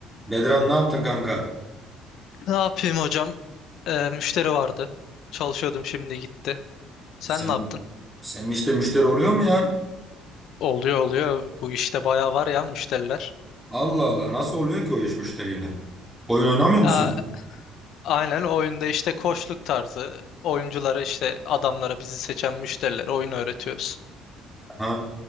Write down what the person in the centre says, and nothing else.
Bedran ne yaptın kanka?
Sen
senin işte müşteri oluyor mu ya?
Allah Allah nasıl oluyor ki o iş müşteriyle? Oyun oynamıyor
musun?
Ha,